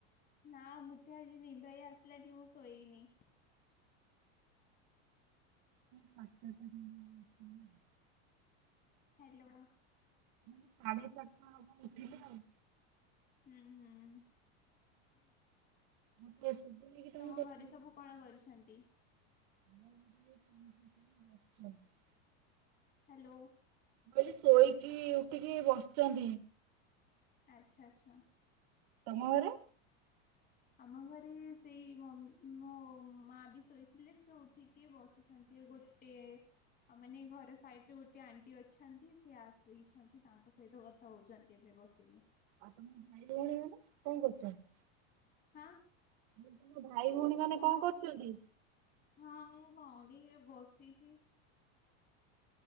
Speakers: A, on the left; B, on the right.
A: ନା ମୁଁତେ ଆଜି ନିଦ ହିଁ ଆସିଲାନି ମୁଁ ଶୋଇନି।
B: ସଚ ତ <unintelligible>
A: ହ୍ୟାଲୋ
B: ମାନେ ସାଢେ ଚାରିଟା ହବା ଉଠିଲି ଆଉ।
A: ହୁଁ ହୁଁ
B: ମତେ ସୁବୁନି କି ତମଁ
A: ତମ
B: କଥା
A: ଘରେ ସବୁ କଣ କରୁଛନ୍ତି?
B: <unintelligible>
A: ହ୍ୟାଲୋ
B: କହିଲି ଶୋଇକି ଉଠିକି ବସିଛନ୍ତି।
A: ଆଚ୍ଛା ଆଚ୍ଛା
B: ତମ ଘରେ?
A: ଆମ ଘରେ ସେଇ ମୋ ମୋ ମା ବି ଶୋଇଥିଲେ ସେ ଉଠିକି ବସିଛନ୍ତି ଗୋ ଟିଏ ଆଉ ମାନେ ଘର ସାଇଡରେ ଗୋଟିଏ ଆଣ୍ଟି ଅଛନ୍ତି ସେ ଆସିଛନ୍ତି ତାଙ୍କ ସହିତ କଥା ହଉଛନ୍ତି। ଏବେ ବସିକି।
B: ଆଉ ତମ ଭାଇ ଭଉଣୀ ମାନେ କଣ କରୁଛନ୍ତି?
A: ହଁ।
B: ତମ ଭାଇ ଭଉଣୀ ମାନେ
A: ମୁଁ
B: କଣ କରୁଛନ୍ତି?
A: ହଁ ମୋ ଭଉଣୀ ଏ ବସିଛି।